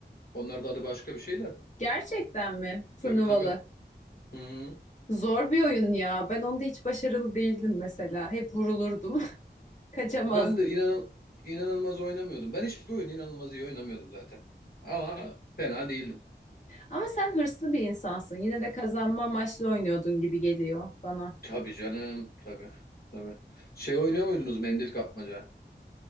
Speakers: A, on the left; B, on the left.
A: Onlar da adı başka bir şey de.
B: Gerçekten mi? Turnuvalı.
A: Tabii tabii. Hı.
B: Zor bir oyun ya. Ben onda hiç başarılı değildim mesela. Hep vurulurdum. <laughs> Kaçamazdım.
A: Ben de inan inanılmaz oynamıyordum. Ben hiçbir oyun inanılmaz iyi oynamıyordum zaten. Ama fena değildim.
B: Ama sen hırslı bir insansın. Yine de kazanma amaçlı oynuyordun gibi geliyor bana.
A: Tabii canım, tabii. Tabii. Şey oynuyor muydunuz mendil kapmaca?